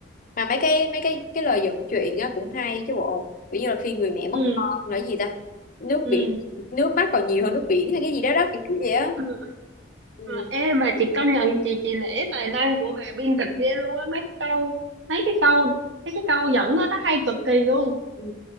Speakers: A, on the left; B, on the right.
A: mà mấy cái mấy cái cái lời dẫn chuyện á cũng hay chứ bộ ví như là khi người mẹ mất
B: ừ
A: con là cái gì ta nước
B: ừ
A: biển nước mắt còn nhiều hơn nước biển hay cái gì đó đó kiểu kiểu vậy á
B: Ừ,
A: ừ.
B: ừ. Ê mà chị công nhận chị chị nể tài năng của bà biên kịch ghê luôn á mấy cái câu mấy cái câu mấy cái câu dẫn đó nó hay cực kỳ luôn
A: Ừ.